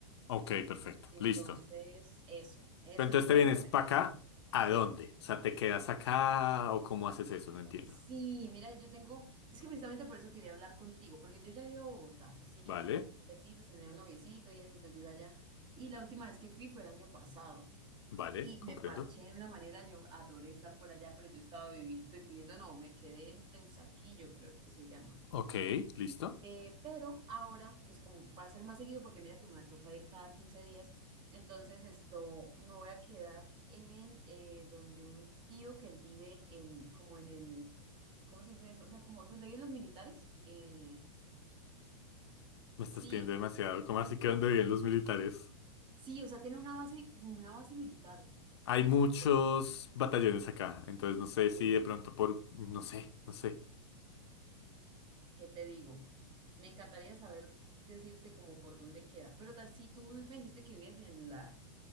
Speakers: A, on the left; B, on the right.
A: ok, perfecto,
B: Entonces,
A: listo.
B: eso, eso
A: Pero entonces
B: es
A: te
B: básicamente
A: vienes para
B: lo
A: acá,
B: que se
A: ¿a dónde? O sea, ¿te quedas acá o cómo haces eso? No entiendo.
B: Sí, mira, yo tengo, es que precisamente por eso quería hablar contigo, porque yo ya he ido a Bogotá, ¿sí?
A: Vale,
B: Noviecitos, tenía un noviecito y eso, entonces yo iba allá. Y la última vez que fui fue el año pasado
A: vale,
B: y
A: comprendo.
B: me parché de una manera, yo adoré estar por allá, pero yo estaba vivi- viviendo, no, me quedé en Teusaquillo, creo que se llama.
A: Ok, listo.
B: Eh, pero ahora, pues como va a ser más seguido, porque mira que me toca ir cada 15 días, entonces esto me voy a quedar en eh, donde un tío que él vive en, como en el, ¿cómo se dice eso? O sea, como donde viven los militares. Eh,
A: Me estás
B: sí,
A: pidiendo demasiado, ¿cómo así que dónde
B: Oh,
A: viven los militares?
B: sí, o sea, tiene una base, una base militar donde
A: Hay muchos
B: se queda.
A: batallones acá, entonces no sé
B: uh,
A: si de pronto por... No sé, no sé.
B: ¿Qué te digo? Me encantaría saber decirte como por dónde queda, pero ta- si tú me dijiste que vives en la